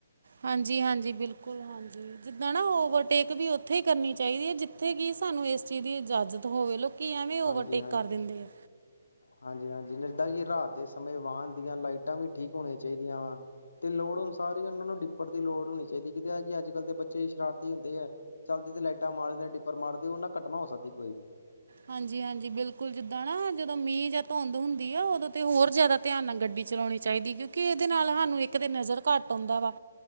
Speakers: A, on the right; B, on the left.
A: ਹਾਂਜੀ, ਹਾਂਜੀ ਬਿਲਕੁਲ ਹਾ ਜੀ ਜਿੱਦਾ ਨਾ ਓਵਰਟੇਕ ਵੀ ਉੱਥੇ ਹੀ ਕਰਨੀ ਚਾਈਦੀ ਐ। ਜਿੱਥੇ ਕੀ ਸਾਨੂੰ ਇਸ ਚੀਜ਼ ਦੀ ਇਜਾਜ਼ਤ ਹੋਵੇ। ਲੋਕੀ ਐਵੇਂ ਓਵਰਟੇਕ
B: ਹਾਂਜੀ ਹਾਂਜੀ।
A: ਕਰ ਦਿੰਦੇ ਆ।
B: ਹਾਂਜੀ, ਹਾਂਜੀ ਜਿੱਦਾ ਕੀ ਰਾਤ ਦੇ ਸਮੇਂ ਵਾਹਨ ਦੀਆਂ ਲਾਈਟਾਂ ਵੀ ਠੀਕ ਹੋਣੀਆਂ ਚਾਈਦੀਆਂ <unintelligible> ਤੇ ਲੋੜ ਅਨੁਸਾਰ ਹੀ ਉਹਨਾਂ ਨੂੰ ਡਿੱਪੜ ਦੀ ਲੋੜ ਹੋਣੀ ਚਾਹੀਦੀ ਕਿ ਐਹ ਕਿ ਅੱਜ-ਕਲ ਦੇ ਬੱਚੇ ਸ਼ਰਾਰਤੀ ਹੁੰਦੇ ਐ। ਚਲਦੇ ਤੇ ਲਾਈਟਾਂ ਮਾਰਦੇ ਡਿੱਪਰ ਮਾਰਦੇ ਔਨਾਂ ਘਟਨਾ ਹੋ ਸਕਦੀ ਕੋਈ ਵੀ।
A: ਹਾਂਜੀ-ਹਾਂਜੀ। ਬਿਲਕੁਲ ਜਿੱਦਾਂ ਨਾ ਜਦੋਂ ਮੀਂਹ ਜਾਂ ਧੁੰਦ ਹੁੰਦੀ ਆ ਉਦੋਂ ਤੇ ਹੋਰ ਜੈ਼ਦਾ ਧਿਆਨ ਨਾਲ ਗੱਡੀ ਚਲਾਉਨੀ ਚਾਹੀਦੀ, ਕਿਉਂਕਿ ਏਹਦੇ ਨਾਲ ਸਾਨੂੰ ਇੱਕ ਤੇ ਨਜ਼ਰ ਘੱਟ ਆਉਂਦਾ ਵਾ।